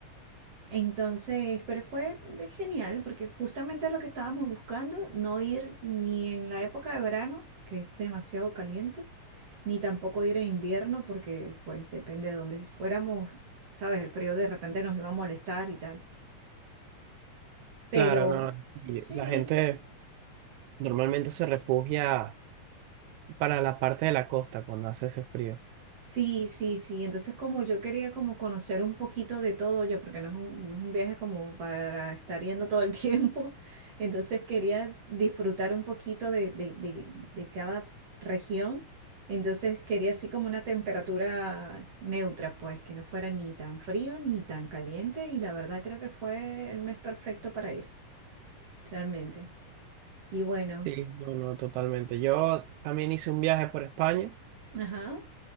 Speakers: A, on the right; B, on the right.
A: Entonces, pero fue genial porque justamente es lo que estábamos buscando, no ir ni en la época de verano, que es demasiado caliente, ni tampoco ir en invierno porque pues depende de dónde fuéramos, sabes, el frío de repente nos iba a molestar y tal. Pero
B: Claro, no. no, y
A: sí,
B: La gente normalmente se refugia para la parte de la costa cuando hace ese frío.
A: Sí, sí, sí. Entonces como yo quería como conocer un poquito de todo, yo, porque no es un, no es un viaje como para estar yendo todo el <laughs> tiempo, entonces quería disfrutar un poquito de, de, de, de cada región, entonces quería así como una temperatura neutra, pues que no fuera ni tan frío ni tan caliente y la verdad creo que fue el mes perfecto para ir, realmente. Y bueno,
B: Sí, no, no, totalmente. Yo también hice un viaje por España.
A: ajá,